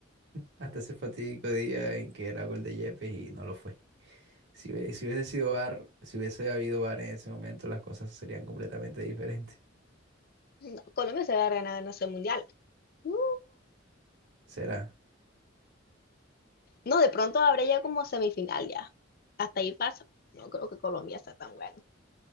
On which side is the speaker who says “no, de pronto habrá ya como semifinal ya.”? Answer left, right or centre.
Left